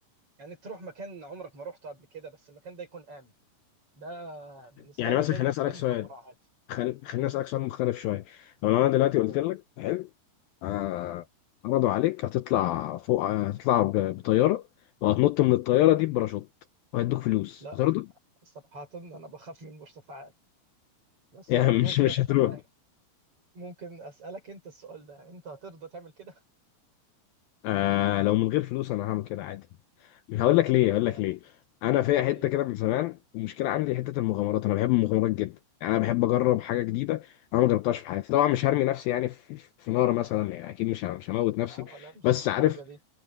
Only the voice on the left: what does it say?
يعني
مثلا
خليني اسألك
سؤال
خل... خليني
اسألك سؤال مختلف شوية طب لو انا دلوقتي قلت
لك حلو آه، عرضوا عليك هتطلع فوق هتطلع ب- بطياره وهتنط من الطياره دي بباراشوت وهيدوك فلوس
هترضى؟
<laughs>
يعني
مش مش
هتروح
آه لو من غير فلوس انا هعمل كده عادي هقول لك ليه هقول
لك ليه انا فيها حته
كده من زمان المشكله عندي حته المغامرات انا بحب المغامرات جدا يعني انا بحب اجرب حاجه جديده انا ما جربتهاش في حياتي طبعا مش هرمي نفسي يعني في, في نار مثلا يعني اكيد مش ه- مش هموت نفسي
بس
عارف